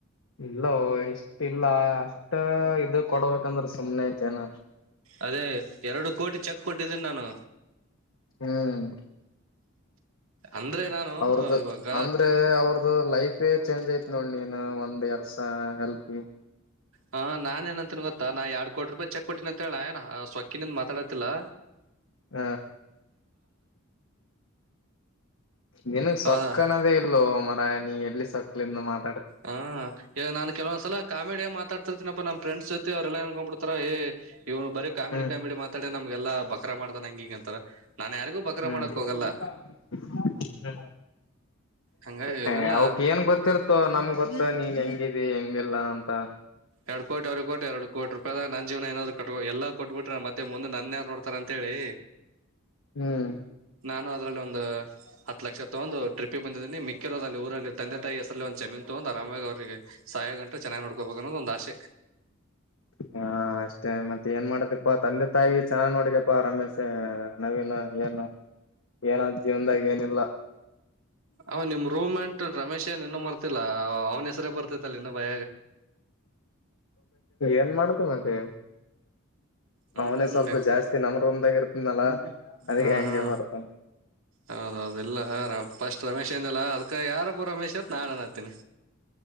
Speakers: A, on the left (about 70°); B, on the right (about 85°).
A: ಇಲ್ಲೋ ಇಷ್ಟಿಲ್ಲಾ ಅಷ್ಟ ಇದ ಕೊಡ್ಬೇಕಂದ್ರ ಸುಮ್ನೆ ಐತೆನ್.
B: ಅದೇ ಎರಡು ಕೋಟಿ ಚೆಕ್ ಕೊಟ್ಟಿದ್ದೀನಿ ನಾನು.
A: ಹ್ಮ್.
B: ಅಂದ್ರೆ ನಾನು
A: ಅವ್ರದ
B: ಇವಾಗ
A: ಅಂದ್ರ ಅವ್ರ್ದ ಲೈಫೇ ಚೇಂಜ್ ಐತ್ ನೋಡ್ ನೀನ್ ಒ. ಎರ್ಸ ಹೆಲ್ಪಿ ಗಿಲ್ಪ್.
B: ಹಾ ನಾನೇನ್ ಏನಂತಿನ್ ಗೊತ್ತಾ ನಾ ಯಾಡ್ ಕೋಟಿ ರೂಪಾಯಿ ಚೆಕ್ ಕೊಟ್ಟೀನಿ ಅಂತೇಳಿ ಸೊಕ್ಕಿನಿಂದ ಮಾತಾಡತಿಲ್ಲಾ.
A: ಹ. ನಿನಗ್ ಸೊಕ್ಕ
B: ಹ
A: ಅನ್ನದೇ ಇಲ್ಲೋ ಮಾರಾಯ ನೀ ಎಲ್ಲಿ ಸಕ್ಲಿಂದ ಮತ್.
B: ಹಾ ಈಗ ನಾನ್ ಕೆಲವೊಂದ್ಸಲಾ ಕಾಮಿಡಿಯಾಗ ಮಾತಾಡ್ತಿರ್ತೀನಪ್ಪಾ ನಮ್ಮ ಫ್ರೆಂಡ್ಸ್ ಜೋತ್. ತಿ ಅವ್ರೇಲ್ಲಾ ಏನ್ಕೊಂಬಿಡ್ತಾರ. ಇವ್ನು ಬರೀ ಕಾಮಿಡಿ
A: ಹ್ಮ್
B: ಕಾಮಿಡಿ ಮಾತಾಡೇ ನಮ್ಗೆಲ್ಲಾ ಬಕ್ರಾ ಮಾಡ್ತಾನೆ ಹಂಗಿಂಗ ಅಂತಾರ. ನಾನ್ ಯಾರಿಗೂ ಬಕ್ರ
A: ಹ್ಮ್
B: ಮಾಡಕ್
A: ಹ್ಮ.
B: ಹೋಗಲ್ಲ ಹಂಗಾಗಿ
A: ಹೇ
B: ಎಲ್ಲ
A: ಅವಕ್ ಏನ್ ಗೊತ್ತಿರ್ತೋ ನಮ್ಗೊತ್. ನೀನ್ ಹೆಂಗಿದಿ ಹೆಂಗಿಲ್ಲಾ ಅಂತಾ.
B: ಏರ್ಡ ಕೋಟಿ ಅವರೀಗ ಕೊಟ್ಟ ಏರ್ಡ ಕೋಟಿ ರೂಪಾಯದಾಗ್ ನನ್ ಜೀವ್ನಾ ಏನಾದ್ರು ಕಟ್ಟಕ ಎಲ್ಲಾ ಕೊಟ್ಟಬಿಟ್ರ ಮತ್ತೆ ಮುಂದೆ ನನ್ಯಾರ್ ನೋಡ್ತಾರ ಅಂತೆಳಿ.
A: ಹ್ಮ್.
B: ಇನ್ನ ಅದ್ರಲ್ಲಿ ಒಂದ್ ಹತ್ ಲಕ್ಷಾ ತೊಂದು ಟ್ರಿಪ್ಪಿಗ್ ಬಂದಿದಿನಿ ಮಿಕ್ಕಿರೋದ್ ಅಲ್ಲಿ ಊರಲ್ಲಿ ತಂದೆ ತಾಯಿ ಹೆಸರಲ್ಲಿ ಒಂದ್ ಜಮೀನ್ ತೊಗೊಂದ್. ಮುಂದ್ ಆರಾಮಾಗಿ ಅವ್ರಿಗೆ ಸಾಯ ಗಂಟಾ ಚನ್ನಾಗ್ ನೋಡ್ಕೋಬೇಕ ಅನ್ನುದ ಒಂದ್ ಆಸೆ.
A: ಹಾ ಅಷ್ಟೇ ಮತ್ತೆ ಏನ್ ಮಾಡತಿಪ್ಪಾ ತಂದೆ ತಾಯಿ ಚೆನ್ನಾಗ್ ನೋಡಿಕಪ್ಪಾ ರಮೇಶ್ ನವಿನ್. ಏನು ಏನ್ ಜೀವ್ನದಾಗ್ ಏನಿಲ್ಲ.
B: ಅವ್ ನಿಮ್ ರೂಮೆಂಟ್ ರಮೇಶ ಏನ್ ಇನ್ನ ಮರ್ತಿಲ್ಲಾ ಅವ್ನ ಹೆಸರೇ ಬರ್ತೆತಲ್ಲ ಇನ್ನ ಬಾ.
A: ಏನ್ ಮಾಡ್ತೀ ಮತ್ತೆ.
B: ಹ್ಮ್
A: ಅವನೇ ಸ್ವಲ್ಪಾ ಜಾಸ್ತಿ ನಮ್ ರೂಮ್ದಾಗ ಇರ್ತಿದ್ನಲ್ಲಾ ಅದಕೆ
B: ಹಾ
A: ಹಂಗೆ
B: ಹಾ
A: ಬರ್ತದ.
B: ಹೌದೌದು ಇಲ್ಲಾ ಫಸ್ಟ್ ರಮೇಶಾ ಅಂದೆಲ್ಲಾ ಅದಕ ಯಾರಪ ರಮೇಶ್ ಅತ್ ನಾನನ್ನಾತಿನ.